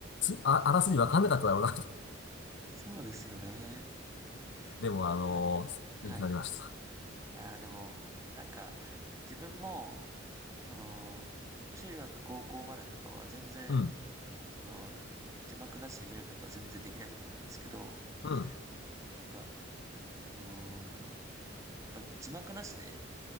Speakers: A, on the left; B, on the right.
A: あ、あらすじわかんなかっただろうな。
B: そうですよね。
A: でもあのー勉強になりました。
B: やっぱり、はい。いやーでも、なんか、自分も、その、中学、高校までとかは全然、
A: うん、
B: その、字幕なしで見るとか全然できなかったんですけど、
A: うん、
B: なんか、あのーやっぱ字幕なしで、